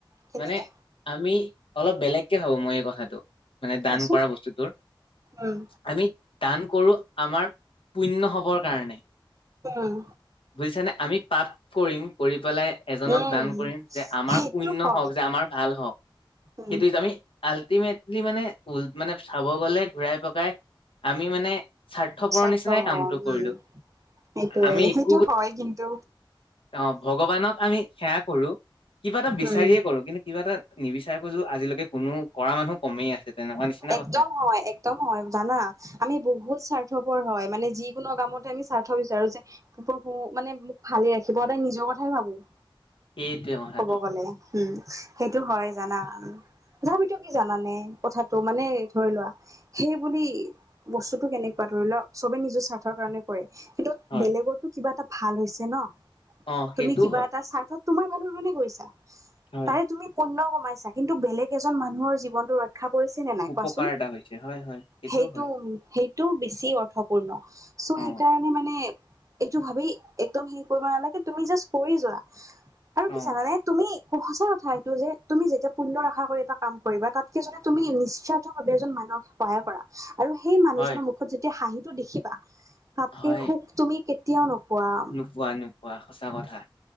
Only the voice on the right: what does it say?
কেনেকে
কোৱাচোন
উম
উম
উম
সেইটো
হয়
উম
স্বাৰ্থ
উম সেইটোয়ে
সেইটো হয় কিন্তু
উম
একদম
হয় একদম হয় জানা আমি বহুত স্বাৰ্থ। হয়, হয় মানে যিকোনো কামতে আমি স্বাৰ্থ বিচাৰো যে প্ৰভু মানে মোক ভালছ ৰাখিব, সদায় নিজৰ কথা বাবু-
ক'ব গ'লে উম সেইটো হয় জানা। তথাপিতো কি জানানে কথাটো মানে ধৰি লোৱা সেই বুলি বস্তুটো এনেকে বা ধৰিলোৱা চবে নিজৰ স্বাৰ্থৰ কাৰণে কৰে। কিন্তু
বেলেগৰ কিবা এটা ভাল হৈছে ন
তুমি কিবা
এটা স্বাৰ্থত তোমাৰ গৈছা
তাৰে তুমি পুণ্য কমাইছা কিন্তু বেলেগ এজন মানুহৰ জীৱনটো ৰক্ষা আশা কৰিছে নে নাই
কোৱাচোন?
সেইটো
সেই টো বেছি অৰ্থপূৰ্ণ চ'
সেইকাৰণে মানে। এইটো ভাবি একদম হেৰি কৰিব নালাগে তুমি জাষ্ট কৰি যোৱা আৰু
কি জানানে তুমি- সঁচা কথা এইটো যে, তুমি যেতিয়া পুণ্য ৰখা কৰি এটা কাম কৰিবা তাতকে যনে তুমি নিস্বাৰ্থভাৱে এজন মানুহ সহায় কৰা- আৰু সেই মানুহজনৰ
মুখত যেতিয়া হাঁহিটো দেখিবা তাতকে
সুখ তুমি কেতিয়াও নোপোৱা -